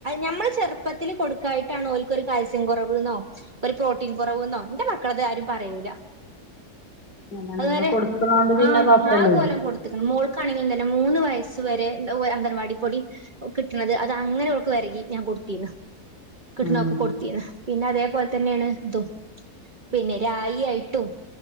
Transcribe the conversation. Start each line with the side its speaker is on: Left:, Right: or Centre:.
Right: ഞമ്മള് ചെറുപ്പത്തിൽ കൊടുക്കായിട്ടാണ് ഓൽ ഒരു കാൽസ്യം കൊറവ്ന്നോ ഒരു പ്രോട്ടീൻ കൊറവ്ന്നോ ഇന്റെ മക്കടത് ആരും പറയൂല
Left: അല്ല
Right: അതുവരെ
Left: നമ്മള് കൊടുക്കണോണ്ട് പിന്നെ
Right: ആഹ് ആ
Left: കൊഴപ്പല്ലേ
Right: നാകൊലം കൊടുത്ത്ക്ക്ണ് മോൾ ക്കാണെങ്കി തന്നെ മൂന്ന് വയസ്സ് വരെ അംഗൻവാടി പൊടി കിട്ടണത് അത് അങ്ങനെ അവൾക്ക് വേരികി ഞാൻ കൊടുത്തിന്ന് കിട്ടണൊക്ക്
Left: ഉം
Right: കൊടുത്തിന്ന് പിന്നെ അതേപോലെ തന്നെയാണ് ഇതും പിന്നെ രായി ആയിട്ടും